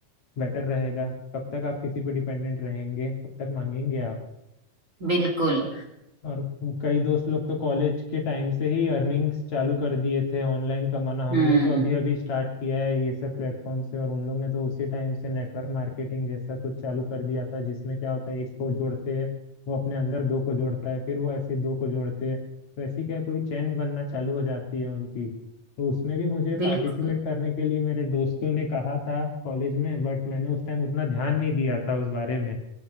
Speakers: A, on the left; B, on the right.
A: बेटर रहेगा कब तक आप किसी पे डिपेंडेंट रहेंगे कब तक मांगेंगे आप
B: बिल्कुल
A: और कई दोस्त लोग तो कॉलेज के टाइम से ही अर्निंग्स चालू कर दिए थे ऑनलाइन कमाना हमने
B: हम्म
A: तो अभी अभी स्टार्ट किया है ये सब प्लेटफॉर्म से और उन लोग ने तो उसी टाइम से नेटवर्क मार्केटिंग जैसा कुछ चालू कर दिया था जिसमें क्या होता है एक को जोड़ते हैं वो अपने अंदर दो को जोड़ता है फिर वो ऐसे दो को जोड़ते हैं तो ऐसी क्या है पूरी चैन बनना चालू हो जाती है उनकी तो उसमें भी मुझे
B: बिल्कुल
A: पार्टिसिपेट करने के लिए मेरे दोस्तों ने कहा था कॉलेज में बट मैंने उस टाइम उतना ध्यान नहीं दिया था उस बारे में